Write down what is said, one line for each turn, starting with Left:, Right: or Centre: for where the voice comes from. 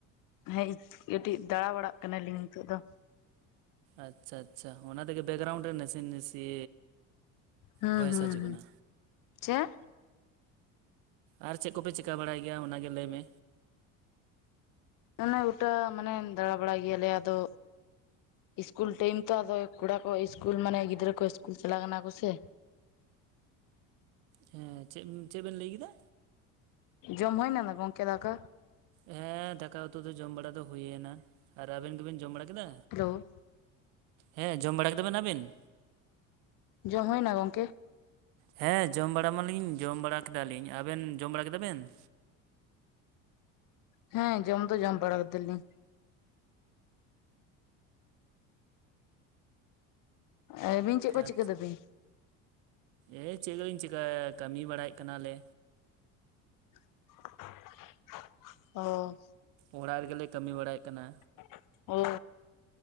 Left: ᱦᱮᱸ ᱠᱟᱹᱴᱤᱡ ᱫᱟᱬᱟ ᱵᱟᱲᱟᱜ ᱠᱟᱱᱟ ᱞᱤᱧ ᱱᱤᱛᱚᱜ ᱫᱚ,
Right: ᱟᱪᱪᱷᱟ ᱟᱪᱪᱷᱟ, ᱚᱱᱟ ᱛᱮ ᱜᱮ ᱵᱮᱠᱜᱨᱟᱣᱩᱱᱰ ᱨᱮ ᱱᱟᱥᱮ ᱱᱟᱥᱮ
Left: ᱦᱩᱸ
Right: ᱵᱷᱚᱭᱮᱥ
Left: ᱦᱩᱸ
Right: ᱦᱤᱡᱩᱜ
Left: ᱦᱩᱸ᱾
Right: ᱠᱟᱱᱟ
Left: ᱪᱮᱫ?
Right: ᱟᱨ ᱪᱮᱫ ᱠᱚ ᱯᱮ ᱪᱤᱠᱟᱹ ᱵᱟᱲᱟᱭ ᱜᱮᱭᱟ ᱚᱱᱟ ᱜᱮ ᱞᱟᱹᱭ ᱢᱮ?
Left: ᱚᱱᱮ ᱜᱚᱴᱟ ᱢᱟᱱᱮ ᱫᱟᱬᱟ ᱵᱟᱲᱟᱭ ᱜᱮᱭᱟᱞᱮ ᱟᱫᱚ ᱤᱥᱠᱩᱞ ᱴᱟᱭᱤᱢ ᱛᱚ ᱟᱫᱚ ᱠᱚᱲᱟ ᱠᱚ ᱤᱥᱠᱩᱞ ᱢᱟᱱᱮ ᱜᱤᱫᱽᱨᱟᱹ ᱠᱚ ᱤᱥᱠᱩᱞ ᱪᱟᱞᱟᱣ ᱠᱟᱱᱟ ᱠᱚ ᱥᱮ᱾
Right: ᱦᱮᱸ ᱪᱮᱜ ᱪᱮᱫ ᱵᱮᱱ ᱞᱟᱹᱭ ᱠᱮᱫᱟ?
Left: ᱡᱚᱢ ᱦᱩᱭᱱᱟ ᱱᱟ ᱜᱚᱢᱠᱮ ᱫᱟᱠᱟ?
Right: ᱦᱮᱸ ᱫᱟᱠᱟ ᱩᱛᱩ ᱫᱚ ᱡᱚᱢ ᱵᱟᱲᱟ ᱫᱚ ᱦᱩᱭᱱᱟ, ᱟᱨ ᱟᱵᱮᱱ ᱫᱚᱵᱮᱱ ᱡᱚᱢ ᱵᱟᱲᱟ ᱠᱮᱫᱟ?
Left: ᱦᱮᱞᱳ
Right: ᱦᱮᱸ ᱡᱚᱢ ᱵᱟᱲᱟ ᱠᱮᱫᱟ ᱵᱮᱱ ᱟᱵᱮᱱ?
Left: ᱡᱚᱢ ᱦᱳᱭᱱᱟ ᱜᱚᱝᱠᱮ?
Right: ᱦᱮᱸ ᱡᱚᱢ ᱵᱟᱲᱟ ᱢᱟᱞᱤᱧ ᱡᱚᱢ ᱵᱟᱲᱟ ᱠᱮᱫᱟᱞᱤᱧ, ᱟᱵᱮᱱ ᱡᱚᱢ ᱵᱟᱲᱟ ᱠᱮᱫᱟ ᱵᱮᱱ?
Left: ᱦᱮᱸ ᱡᱚᱢ ᱫᱚ ᱡᱚᱢ ᱵᱟᱲᱟ ᱠᱮᱫᱟᱞᱤᱧ᱾ ᱟᱹᱵᱤᱱ ᱪᱮᱫ ᱠᱚ
Right: ᱟᱪᱪᱷᱟ
Left: ᱪᱤᱠᱟᱹ ᱫᱟᱹᱵᱤᱱ?
Right: ᱮ ᱪᱮᱫᱞᱤᱧ ᱪᱮᱠᱟᱭᱟ ᱠᱟᱹᱢᱤ ᱵᱟᱲᱟᱭᱮᱫ ᱠᱟᱱᱟᱞᱮ᱾
Left: <unintelligible> ᱚ
Right: ᱚᱲᱟᱜ ᱨᱮᱜᱮᱞᱮ ᱠᱟᱹᱢᱤ ᱵᱟᱲᱟᱭᱮᱜ ᱠᱟᱱᱟ᱾
Left: <unintelligible> ᱳ